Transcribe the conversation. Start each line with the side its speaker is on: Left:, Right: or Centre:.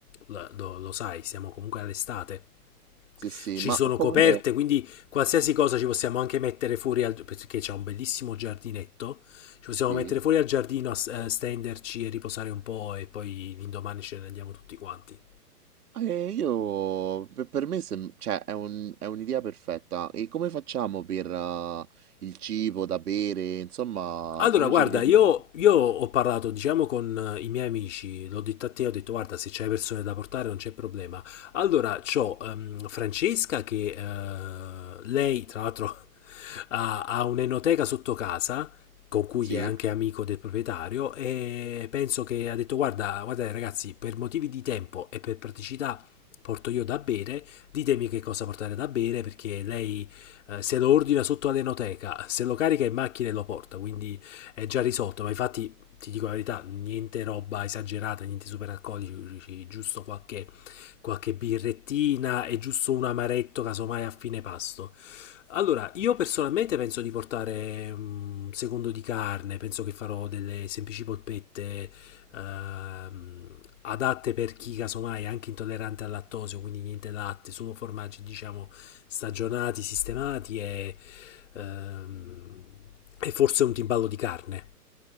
Left: lo, lo, lo sai, siamo comunque all'estate.
Right: Sì, sì,
Left: Ci
Right: ma
Left: sono
Right: come...
Left: coperte, quindi qualsiasi cosa ci possiamo anche mettere fuori al, perché c'è un bellissimo giardinetto. Ci possiamo
Right: Sì.
Left: mettere fuori al giardino, a, eh, stenderci e riposare un po' e poi l'indomani ce ne andiamo tutti quanti.
Right: Eh, io pe- per me sem- cioè, è un- è un'idea perfetta. E come facciamo per uh, il cibo da bere? Insomma,
Left: Allora,
Right: come
Left: guarda,
Right: ci organizziamo?
Left: io, io ho parlato, diciamo, con eh, i miei amici, l'ho detto a te, ho detto, guarda, se c'hai persone da portare non c'è problema. Allora, c'ho ehm, Francesca che eh, lei, tra l'altro, <laughs> ha, ha un'enoteca sotto casa, con cui
Right: Sì?
Left: è anche amico del proprietario, e penso che ha detto, guarda, guardate ragazzi, per motivi di tempo e per praticità porto io da bere, ditemi che cosa portare da bere, perché lei eh, se lo ordina sotto all'enoteca, se lo carica in macchina e lo porta, quindi è già risolto, ma infatti ti dico la verità, niente roba esagerata, niente super alcolici, giusto qualche, qualche birrettina e giusto un amaretto casomai a fine pasto. Allora, io personalmente penso di portare un secondo di carne, penso che farò delle semplici polpette ehm, adatte per chi casomai è anche intollerante al lattosio, quindi niente latte, solo formaggi diciamo stagionati, sistemati e, ehm, e forse un timballo di carne.